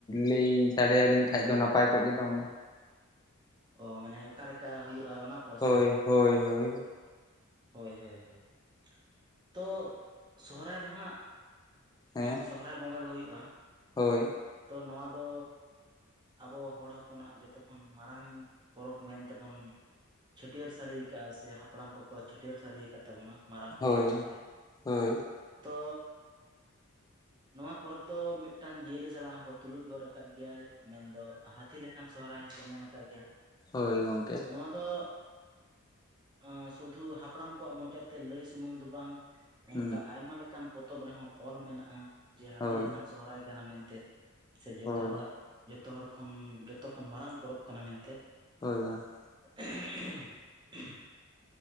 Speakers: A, on the left; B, on the right.
A: ᱞᱟᱹᱭ ᱥᱟᱰᱮᱭᱟᱞᱤᱧ ᱠᱷᱟᱡ ᱫᱚ ᱱᱟᱯᱟᱭ ᱠᱚᱜ ᱜᱮ ᱫᱚ ᱚᱱᱟ ᱾
B: ᱚ ᱢᱟᱱᱮ ᱚᱠᱟ ᱞᱮᱠᱟ ᱦᱩᱭᱩᱜᱼᱟ ᱚᱱᱟ ᱠᱚ
A: ᱦᱳᱭ,
B: ᱥᱮ
A: ᱦᱳᱭ ᱦᱳᱭ᱾
B: ᱦᱳᱭ ᱦᱳᱭ ᱦᱳᱭ ᱛᱚ ᱥᱚᱦᱨᱟᱭ ᱫᱚ ᱦᱟᱸᱜ
A: ᱦᱮᱸ
B: ᱥᱚᱦᱚᱨᱟᱭ ᱵᱚᱸᱜᱟ ᱜᱮ ᱦᱩᱭᱩᱜᱼᱟ᱾
A: ᱦᱳᱭ᱾
B: ᱛᱚ ᱱᱚᱣᱟ ᱫᱚ ᱟᱵᱚ ᱦᱚᱲ ᱦᱚᱯᱚᱱᱟᱜ ᱡᱚᱛᱚ ᱠᱷᱚᱱ ᱢᱟᱨᱟᱝ ᱯᱚᱨᱚᱵᱽ ᱢᱮᱱᱛᱮᱵᱚᱱ ᱪᱷᱟᱹᱴᱭᱟᱹᱨ ᱥᱟᱹᱨᱤ ᱟᱠᱟᱜᱼᱟ ᱥᱮ ᱦᱟᱯᱲᱟᱢ ᱠᱚᱠᱚ ᱪᱷᱟᱹᱴᱭᱟᱹᱨ ᱥᱟᱹᱨᱤ ᱟᱠᱟᱫ᱾ ᱛᱟᱵᱚᱱᱟ ᱢᱟᱨᱟᱝ ᱯᱚᱨᱚᱵᱽ
A: ᱦᱳᱭ
B: ᱢᱮᱱᱛᱮ,
A: ᱦᱳᱭ
B: ᱛᱚ ᱱᱚᱣᱟ ᱯᱚᱨᱚᱵᱽ ᱫᱚ ᱢᱤᱫᱴᱟᱝ ᱡᱤᱭᱟᱹᱞᱤ ᱠᱚ ᱥᱟᱞᱟᱜ ᱦᱚᱸᱠᱚ ᱛᱩᱞᱩᱡ ᱜᱚᱫ ᱟᱠᱟᱫ ᱜᱮᱭᱟ᱾ ᱢᱮᱱᱫᱚ ᱦᱟᱹᱛᱤ ᱞᱮᱠᱟᱱ ᱥᱚᱦᱚᱨᱟᱭ ᱦᱚᱸᱠᱚ ᱢᱮᱱ ᱟᱠᱟᱜ ᱜᱮᱭᱟ,
A: ᱦᱳᱭ ᱜᱚᱝᱠᱮ
B: ᱱᱚᱣᱟ ᱫᱚ ᱮ ᱥᱩᱫᱷᱩ ᱦᱟᱯᱲᱟᱢ ᱠᱚᱣᱟᱜ ᱢᱚᱪᱟᱛᱮ ᱞᱟᱹᱭ ᱥᱩᱢᱩᱝ ᱫᱚ ᱵᱟᱝ ᱚᱱᱠᱟ
A: ᱦᱩᱸ
B: ᱟᱭᱢᱟ ᱞᱮᱠᱟᱱ ᱯᱚᱛᱚᱵ ᱨᱮᱦᱚᱸ ᱚᱞ ᱢᱮᱱᱟᱜᱼᱟ, ᱡᱮ ᱦᱟᱹᱛᱤ
A: ᱦᱳᱭ
B: ᱞᱮᱠᱷᱟᱱ ᱥᱚᱨᱦᱟᱭ ᱠᱟᱱᱟ ᱢᱮᱱᱛᱮ᱾ ᱥᱮ ᱡᱚᱛᱚ
A: ᱦᱳᱭ
B: ᱦᱚᱲᱟᱜ ᱡᱚᱛᱚ ᱦᱚᱲ ᱠᱷᱚᱱ ᱡᱚᱛᱚ ᱠᱷᱚᱱ ᱢᱟᱨᱟᱝ ᱯᱚᱨᱚᱵᱽ ᱠᱟᱱᱟ ᱢᱮᱱᱛᱮ,
A: ᱦᱳᱭᱟ
B: <inaudible>